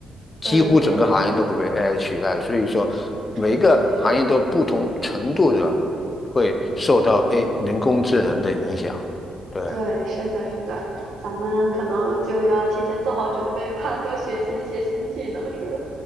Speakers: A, on the right; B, on the left.
A: 对，
B: 几乎整个行业都会被
A: <laughs>
B: AI 取代，所以说每一个行业都不同程度的会受到
A: 确实确实，
B: A 人工智能的影响。对，
A: 对，是的，是的，咱们可能就要提前做好准备吧，多学习一些新技能，是吧？